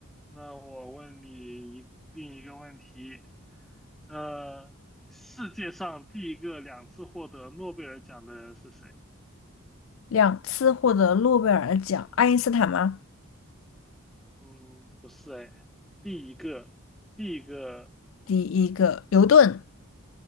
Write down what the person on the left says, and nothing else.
两次获得诺贝尔奖，爱因斯坦吗？
第一个牛顿，